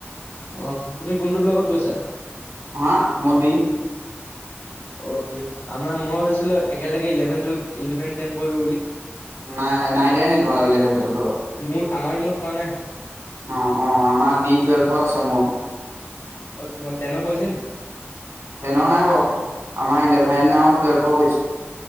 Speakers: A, on the left (about 80°); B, on the right (about 85°).
A: অ', তুমি কোনটো ব্লকত পৰিছা?
B: হা মোদী <unintelligible>
A: অ', আমাৰ মই হৈছিলো একেলগে ইলেভেন, টেনত, ইলেভেন টেন পৰিব বুলি।
B: নাই নাই দিয়া নেকি ইলেভেন টুৱেলভৰ লগত।
A: মোৰ আমাৰ ৰুমত পৰা নাই
B: অ', অ', আমাৰ ডি টুৱেলভত আছে মোৰ।
A: অ', তোমাৰ টেনৰ পৰিছে নেকি?
B: তেনৰ নাই বাৰু আমাৰ ইলেভেন আৰু টোৱেলফৰ পৰিছে।